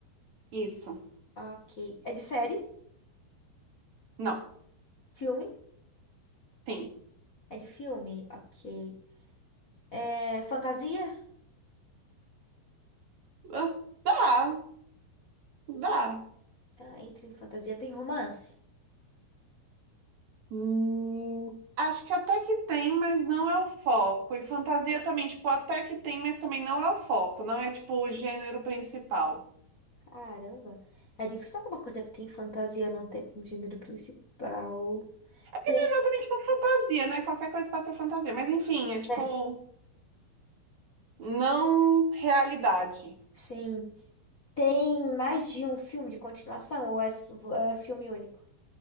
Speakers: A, on the right; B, on the left.
A: Isso.
B: Ok. É de série?
A: Não.
B: Filme?
A: Tem.
B: É de filme? Ok. É fantasia?
A: Ah, Dá. Dá.
B: Ah, entra em fantasia. Tem romance?
A: Hum, acho que até que tem, mas não é o foco. E fantasia também, tipo, até que tem, mas também não é o foco. Não é, tipo, o gênero principal.
B: Caramba. É difícil alguma coisa que tem fantasia não ter como gênero principal. Tem.
A: É exatamente uma fantasia, né? Qualquer coisa pode ser fantasia. Mas enfim, é tipo,
B: é,
A: não realidade.
B: Sim. Tem mais de um filme de continuação ou é s- é filme único?